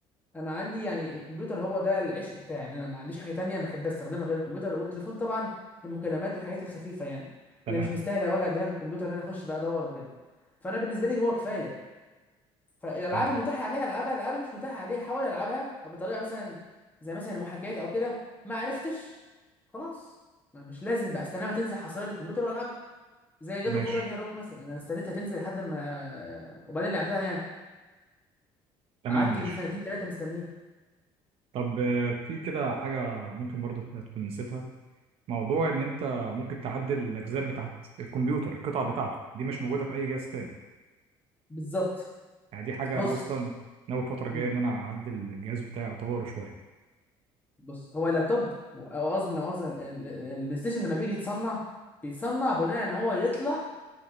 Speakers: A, on the left; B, on the right.
A: انا عندي يعني الكمبيوتر هو ده العشق بتاعي انا ما عنديش حاجه تانية بحب استخدمها غير الكمبيوتر والتليفون طبعا للمكالمات والحاجات الخفيفه يعني
B: تمام
A: اللي مش مستاهله وجع دماغ الكمبيوتر ان انا اخش بقى ادور وكده فانا بالنسبه لي هو كفايه فالالعاب
B: اه
A: المتاحه عليها العبها الالعاب اللي مش متاحه عليها حاول العبها بطريقه مثلا زي مثلا المحاكيات او كده ما عرفتش خلاص ما مش لازم بقى استناها ما تنزل حصريه للكمبيوتر والعبها زي جاد
B: ماشي
A: اوف وور راجناروك مثلا انا استنيتها تنزل لحد ما وبعدين لعبتها يعني
B: تمام
A: قعدت
B: ماشي
A: يجي سنتين ثلاثه مستنيه
B: طب آه، في كده حاجة ممكن برضه إنت تكون نسيتها موضوع
A: امم
B: إن أنت ممكن تعدل الأجزاء بتاعت الكمبيوتر القطع بتاعته دي مش موجودة في أي جهاز تاني
A: بالظبط
B: يعني دي حاجة
A: بص
B: أنا أصلا ناوي الفترة الجاية
A: امم
B: إن أنا أعدل الجهاز بتاعي أطوره شوية
A: بص هو اللابتوب او قصدي لو قصدي ال- ال- البلاي ستيشن لما بيجي يتصنع بيتصنع بناء ان هو يطلع